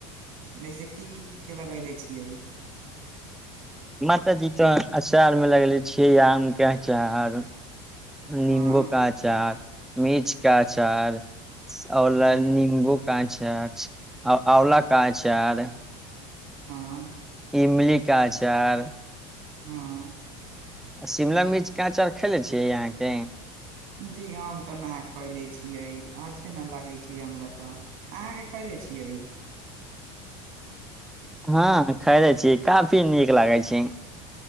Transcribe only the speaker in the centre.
माताजी तऽ अचारमे लगले छियै आमके अचार निम्बू
केचार मिर्चके अचार ला
नीम्बू अचार आँवला क अचार
इमली के अचार
आ शिमला मिर्च के अचार खयले छियै अहाँके
हाँ खैैलै छी काफी नीक लागै छै